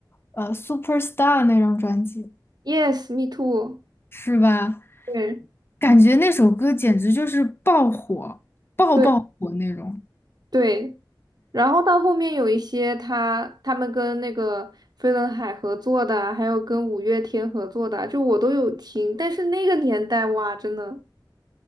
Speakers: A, on the left; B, on the right.
A: 呃，Superstar 那张专辑，
B: ，Yes, Me Too，
A: 是吧？
B: 对
A: 感觉那首歌简直就是爆火，爆爆火那种。
B: 对对。然后到后面有一些他他们跟那个飞轮海合作的啊，还有跟五月天合作的啊，就我都有听。但是那个年代哇，真的，